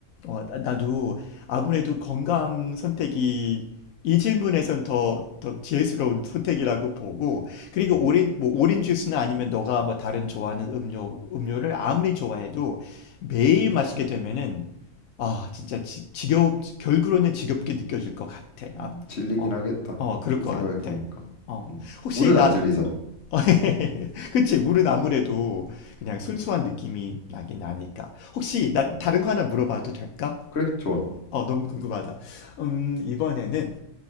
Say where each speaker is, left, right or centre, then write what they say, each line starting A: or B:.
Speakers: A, on the left; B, on the left.
A: 어, 나- 나도 아무래도 건강 선택이 이 질문에선 더, 더 지혜스러운 선택이라고 보고, 그리고
B: 음,
A: 오렌, 뭐 오렌지 주스나 아니면 너가 뭐 다른 좋아하는 음료, 음료를 아무리 좋아해도 매일 마시게 되면은, 아, 진짜 지, 지겹, 결국으로는 지겹게 느껴질 것 같아.
B: 음.
A: 아,
B: 질리긴
A: 어,
B: 하겠다.
A: 어, 그럴
B: 그리고
A: 것
B: 생각해
A: 같아.
B: 보니까,
A: 어,
B: 음,
A: 혹시
B: 물은
A: 나,
B: 안 질리잖아.
A: 어, 어, <laughs> 그치, 물은 아무래도 그냥 순수한
B: 음,
A: 느낌이 나긴 나니까. 혹시 나
B: 음.
A: 다른 거 하나 물어봐도 될까?
B: 그래, 좋아.
A: 어, 너무 궁금하다. 음, 이번에는